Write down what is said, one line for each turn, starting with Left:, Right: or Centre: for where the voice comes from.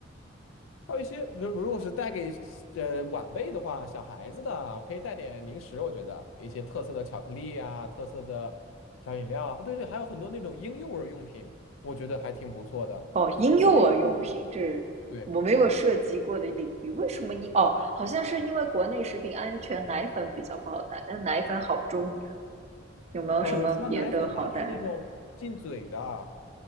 Left: 还有一些，如如果是带给呃晚辈的话，小孩子的可以带点零食，我觉得一些特色的巧克力啊，特色的小饮料啊对对，还有很多那种婴幼儿用品，我觉得还挺不错的。
Right: 哦，婴幼儿用品，
Left: 国内婴幼儿用。
Right: 这是我没有涉及过的领域。
Left: 对。
Right: 为什么婴？哦，好像是因为国内食品安全，奶粉比较不好带，但奶粉好重呀。有没有什么别的好带啊
Left: 呃，除了奶粉吧，就是那种进嘴的，